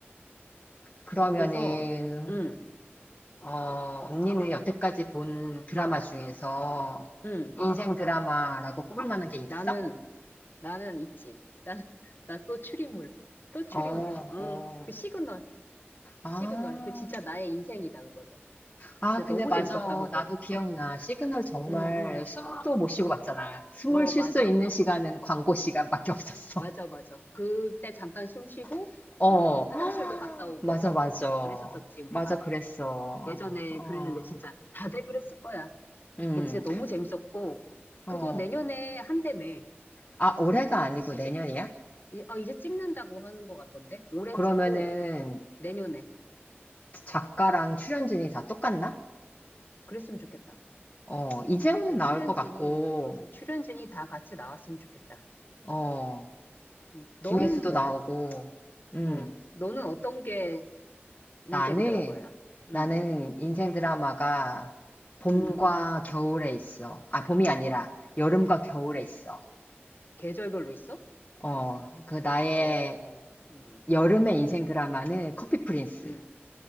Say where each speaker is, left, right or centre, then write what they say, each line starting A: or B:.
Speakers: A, on the left (about 30°); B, on the left (about 50°).
A: 그러면은,
B: 그래서, 음,
A: 어, 언니는 여태까지 본 드라마 중에서
B: 음,
A: 인생 드라마라고 꼽을 만한 게 있어?
B: 나는, 나는 있지. 난, <laughs> 나 또 추리물. 또 추리물.
A: 어,
B: 어,
A: 어.
B: 그 시그널,
A: 아,
B: 시그널. 그 진짜 나의 인생이다, 그거는.
A: 아,
B: 진짜
A: 근데
B: 너무
A: 맞아.
B: 재밌었다, 그거.
A: 나도 기억나. 시그널 정말
B: 음, 음,
A: 숨도 못 쉬고 봤잖아. 숨을
B: 어,
A: 쉴
B: 맞아.
A: 수 있는 시간은 광고 시간밖에 없었어.
B: 맞아, 맞아. 그때 잠깐 숨 쉬고,
A: <laughs> 어,
B: 어, 화장실도
A: <gasps>
B: 갔다 오고,
A: 맞아, 맞아.
B: 어, 그랬었었지, 우리가.
A: 맞아, 그랬어.
B: 예전에
A: 어,
B: 그랬는데 진짜 다들 그랬을 거야.
A: 음,
B: 그 진짜 너무 재밌었고,
A: 어.
B: 그거 내년에 한다며.
A: 아, 올해가 아니고
B: 시즌,
A: 내년이야?
B: 이- 아, 이제 찍는다고 하는 것 같던데? 올해
A: 그러면은
B: 찍고, 내년에.
A: 작가랑 출연진이 다 똑같나?
B: 그랬으면 좋겠다.
A: 어, 이재호는
B: 내 출연진이,
A: 나올 것 같고,
B: 음, 출연진이 다 같이 나왔으면 좋겠다.
A: 어,
B: 음, 너는
A: 김혜수도
B: 뭐야?
A: 나오고, 음,
B: 어, 너는 어떤 게 인생
A: 나는,
B: 드라마야? 음,
A: 나는 인생 드라마가 봄과
B: 음,
A: 겨울에 있어. 아, 봄이 아니라 여름과 겨울에 있어.
B: 계절별로 있어?
A: 어, 그 나의
B: 어, 음.
A: 여름의 인생 드라마는 커피 프린스.
B: 응.